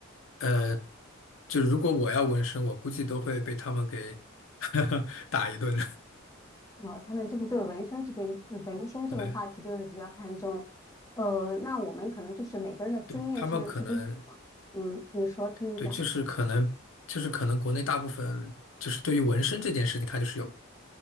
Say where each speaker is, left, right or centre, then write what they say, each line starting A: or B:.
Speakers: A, on the left; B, on the left.
A: 呃，就是如果我要纹身，我估计都会被他们给 <laughs> 打一顿
B: 啊，他们这个对纹身这件纹身这个话题就是比较看重。
A: <laughs> 对。
B: 呃，那我们可能就是每个人的经验是是不一样的。
A: 对，他们可能
B: 嗯，你说听你讲。
A: 对，就是可能，就是可能国内大部分就是对于纹身这件事情，它就是有